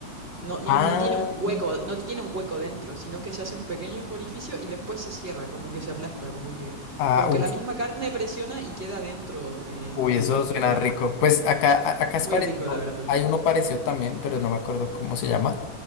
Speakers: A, on the right; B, on the left.
A: No, no,
B: Ah.
A: no tiene un hueco, no tiene un hueco dentro, sino que se hacen pequeños orificios y después se cierra, como que se aplasta, como que,
B: Ah,
A: como que
B: uf,
A: la misma carne presiona y queda dentro eh,
B: uy,
A: las
B: eso
A: verduras,
B: suena
A: ¿no?
B: rico. Pues acá, a- acá
A: Muy
B: es parecido,
A: rico, la verdad.
B: hay uno parecido también, pero no me acuerdo cómo se llama,